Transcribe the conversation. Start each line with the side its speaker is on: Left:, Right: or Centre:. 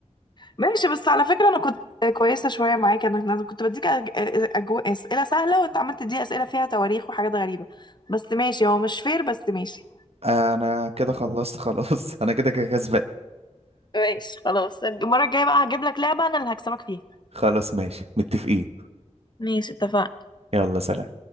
Left: ماشي بس على فكرة أنا كنت كويسة شوية معاك أنا أنا كنت بديك أج... أجو... أسئلة سهلة وأنت عملت تدي أسئلة فيها تواريخ وحاجات غريبة بس ماشي هو مش فير بس ماشي
Right: انا كده خلصت خلاص <laughs> انا كده كده كسبان
Left: ماشي خلاص المرة الجاية بقى هجيب لك لعبة أنا اللي هكسبك فيها
Right: خلاص ماشي متفقين
Left: ماشي اتفقنا
Right: يلا سلام